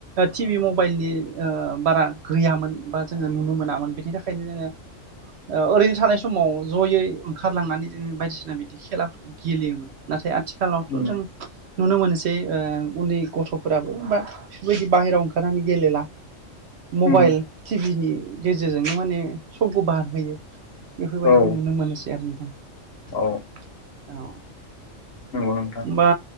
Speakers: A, on the right (about 65°); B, on the left (about 50°).
A: टिभि मबाइलनि बारा गैयामोन बा जोङो नुनो मोनामोन बिनि थाखायनो जोङो ओरैनो थानाय समाव ज'यै ओंखारलांनानै जोङो बायदिसिना बिदि खेलाफोरखौ गेलेयोमोन नाथाय आथिखालावथ'
B: उम
A: जों नुनो मोनसै एसे उन्दै गथ'फोराबो बा बेफोरबायदि बाहेरायाव ओंखारनानै गेलेला मबाइल
B: उम
A: टिभिनि गेजेरजोंनो माने समखौ बार होयो बेफोरबायदिखौ
B: औ
A: नुनो मोनोसै आरो नोंथां
B: औ
A: औ
B: नंगौ नोंथां
A: होमबा